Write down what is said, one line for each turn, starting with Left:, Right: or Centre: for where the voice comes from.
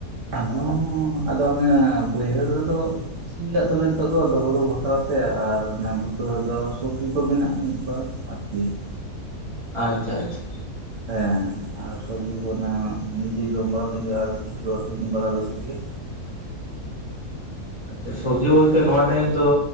Right: ᱟᱫᱚ ᱟᱫᱚ ᱚᱱᱮ ᱵᱟᱹᱭᱦᱟᱹᱲ ᱨᱮᱫᱚ ᱾ ᱥᱤᱭᱟᱜ ᱫᱚᱞᱮ ᱱᱤᱛᱚᱜ ᱫᱚ ᱦᱩᱲᱩ ᱵᱟᱠᱷᱨᱟᱛᱮ ᱟᱨ ᱜᱷᱩᱴᱟᱹ ᱨᱮᱫᱚ ᱥᱚᱵᱡᱤ ᱠᱚ ᱵᱮᱱᱟᱜᱼᱟ ᱢᱤᱫᱵᱟᱨ ᱾ ᱟᱨᱠᱤ ᱾
Left: ᱟᱪᱪᱷᱟ ᱟᱪᱪᱷᱟ ᱾
Right: ᱦᱮᱸ ᱟᱨ ᱥᱚᱵᱡᱤ ᱠᱚ ᱚᱱᱟ ᱱᱤᱡᱮ ᱡᱚᱢ ᱵᱟᱲᱟ ᱞᱟᱹᱜᱤᱫ ᱟᱨ ᱠᱤᱪᱷᱩ ᱟᱠᱷᱨᱤᱧ ᱵᱟᱲᱟ ᱞᱟᱹᱜᱤᱫ ᱜᱮᱼᱼ
Left: ᱟᱪᱪᱷᱟ ᱥᱚᱵᱡᱤ ᱵᱚᱞᱛᱮ ᱱᱚᱣᱟ ᱴᱟᱭᱤᱢ ᱫᱚ